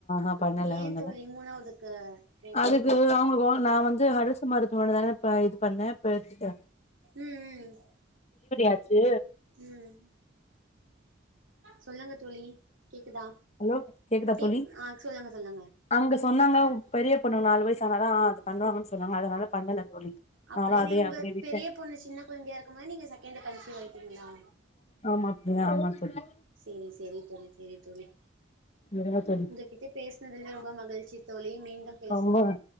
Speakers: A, on the left; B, on the right.
A: ஆ பண்ணல
B: ஏ
A: பண்ணல
B: தோழி மூணாவதுக்கு ட்ரை
A: அதுக்கு
B: பண்றீங்க
A: அவங்க நா வந்து அரசு மருத்துவமனதான இப்ப இது பண்ணே பெரு
B: ம்
A: ஆச்சு
B: ம் ம் சொல்லுங்க தோழி கேக்குதா
A: ஹலோ கேக்குதா
B: கேக்குது
A: தோழி
B: ஆ சொல்லுங்க சொல்லுங்க
A: அங்க சொன்னாங்க உ பெரிய பொண்ணுக்கு நாலு வயசானாதா அது பண்ணுவாங்கன்னு சொன்னாங்க அதனால பண்ணல தோழி
B: அப்படினு
A: நானு அதே
B: உங்க
A: அப்டியே விட்டே
B: பெரிய பொண்ண சின்ன கொழந்தையா இருக்கும் போது நீங்க செகண்ட கன்சீவ் ஆயிட்டீங்களா
A: ஆமா பிரியா ஆமா தோழி
B: சேரி சேரி தோழி சேரி தோழி
A: விடுங்க தோழி
B: கிட்ட பேசுனதுல்ல ரொம்ப மகிழ்ச்சி தோழி மீண்டும் பேசுவோம்
A: ரொம்ப